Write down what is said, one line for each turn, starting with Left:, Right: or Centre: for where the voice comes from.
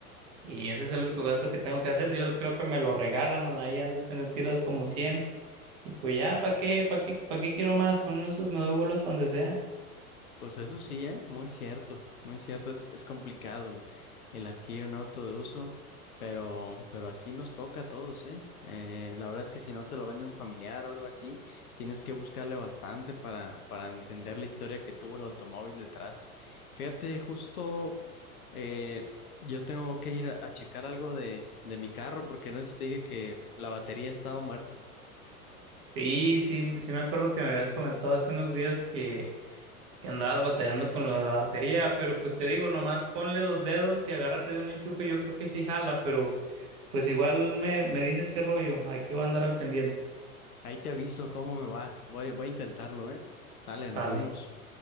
Right: Y ese es el único gasto que tengo que hacer. Yo creo que me lo regalan, ahí han de tener tirados como cien Y pues ya, ¿para qué? ¿Para qué? ¿Para qué quiero más? Con uno de esos me doy vuelos donde sea.
Left: Pues eso sí, ¿eh? Muy cierto, muy cierto. Es, es complicado el, el adquirir un auto de uso, pero, pero así nos toca a todos, ¿eh? Eh, La verdad es que si no te lo vende un familiar o algo así, tienes que buscarle bastante para, para entender la historia que tuvo el automóvil detrás. Fíjate, justo eh, yo tengo que ir a, a checar algo de, de mi carro, porque no sé si te dije que la batería estaba muerta.
Right: Sí, sí, sí me acuerdo que me habías comentado hace unos días que, que andabas batallando con lo de la batería, pero pues te digo, nomás ponle los dedos y agárrate de un enchufe, yo creo que sí jala, pero pues igual me, me dices qué rollo, aquí voy a andar al pendiente.
Left: Ahí te aviso cómo me va. Voy, voy a intentarlo, ¿eh? Dale,
Right: Sale.
Left: nos vemos.